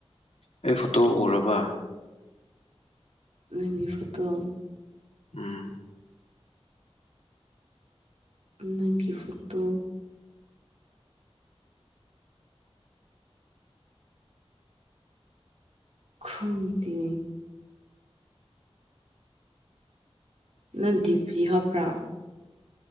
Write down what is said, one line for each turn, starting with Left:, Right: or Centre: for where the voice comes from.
Left: ꯑꯩ ꯐꯣꯇꯣ ꯎꯔꯕ
Right: ꯅꯪꯒꯤ ꯐꯣꯇꯣ
Left: ꯎꯝ
Right: ꯅꯪꯒꯤ ꯐꯣꯇꯣ ꯈꯪꯗꯦ ꯅꯪ ꯗꯤꯞꯄꯤ ꯍꯥꯞꯄꯔꯥ